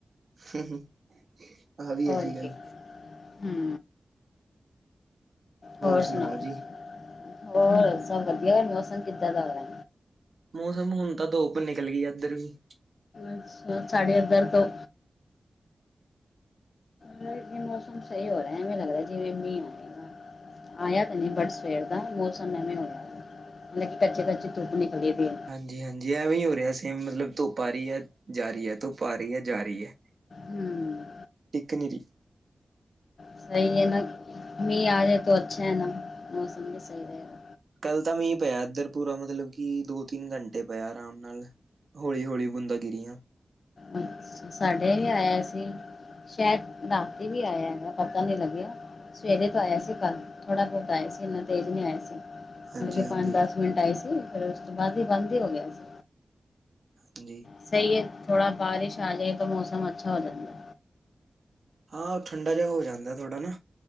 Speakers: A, on the right; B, on the left.
A: <inaudible>
B: ਹੋਰ
A: ਗੱਲ
B: ਕੀ, ਹੂੰ। ਹੋਰ
A: ਸੁਣਾਓ
B: ਸੁਨਾਓ,
A: ਜੀ
B: ਹੋਰ ਸਭ ਵਧੀਐ ਮੌਸਮ ਕਿੱਦਾ ਦਾ ਹੋ ਰੈ।
A: ਮੌਸਮ ਹੁਣ ਤਾਂ ਧੁਪ ਨਿਕਲ ਗਈ ਇੱਧਰ ਵੀ।
B: ਅੱਛਾ ਸਾਢੇ ਇਧਰ ਤੋਂ। ਮੌਸਮ ਸਹੀ ਹੋ ਰਿਹਾ ਐਵੇਂ ਲੱਗਦਾ ਜਿਵੇਂ ਮੀਹ ਆਏਗਾ। ਆਇਆ ਤਾਂ ਨਹੀਂ ਬਟ ਸਵੇਰ ਦਾ ਮੌਸਮ ਨਵੇਂ ਹੋਇ। ਲੇਕਿਨ ਕੱਚੇ-ਕੱਚੇ ਧੁੱਪ ਨਿਕਲੇ ਪਏ,
A: ਜੀ ਹਾਂਜੀ ਐਵੇਂ ਹੀ ਹੋ ਰਿਹਾ ਸੇਮ ਮਤਲਬ ਧੁੱਪ ਆ ਰਹੀ ਹੈ ਜਾ ਰਹੀ ਹੈ ਧੁੱਪ ਆ ਰਹੀ ਹੈ ਜਾ ਰਹੀ ਹੈ।
B: ਹੂੰ
A: ਟਿਕ ਨੀ ਰੀ।
B: ਸਹੀ ਹੈ ਨਾ ਮੀਂਹ ਆ ਜਾਏ ਤੋ ਅੱਛਾ ਹੈ ਨਾ ਮੌਸਮ ਵੀ ਸਹੀ ਰਹੇਗਾ।
A: ਕੱਲ ਤਾਂ ਮੀਂਹ ਪਇਆ ਇੱਧਰ ਪੂਰਾ ਮਤਲਬ ਕਿ ਦੋ ਤਿੰਨ ਘੰਟੇ ਪਿਆ ਆਰਾਮ ਨਾਲ। ਹੌਲੀ ਹੌਲੀ ਬੂੰਦਾਂ ਗਿਰੀਆਂ
B: ਅੱਛਾ-ਅੱਛਾ ਸਾਡੇ ਵੀ ਆਇਆ ਸੀ। ਸ਼ਾਇਦ ਰਾਤੀ ਵੀ ਆਇਆ ਹੈਗਾ ਪਤਾ ਨੀ ਲੱਗਿਆ। ਸਵੇਰੇ ਤਾਂ ਆਇਆ ਸੀ ਕੱਲ ਥੋੜ੍ਹਾ ਬਹੁਤ ਆਇਆ ਸੀ ਇੰਨਾ ਤੇਜ਼ ਨਹੀਂ ਆਇਆ ਸੀ। ਮਤਲਬ
A: ਹਾਂਜੀ
B: ਕਿ
A: ਹਾਂਜੀ
B: ਪੰਜ-ਦਸ ਮਿੰਟ ਆਏ ਸੀ ਫੇਰ ਉਸ ਤੋਂ ਬਾਅਦ ਈ ਬੰਦ ਈ ਹੋ ਗਿਆ ਸੀ।
A: ਹਾਂਜੀ।
B: ਸਈ ਏ ਥੋੜਾ ਬਾਰਿਸ਼ ਆ ਜਾਏ ਤਾਂ ਮੌਸਮ ਅੱਛਾ ਹੋ ਜਾਂਦਾ।
A: ਹਾਂ ਓ ਠੰਡਾ ਜਾ ਹੋ ਜਾਂਦੈ ਥੋੜਾ ਨਾ।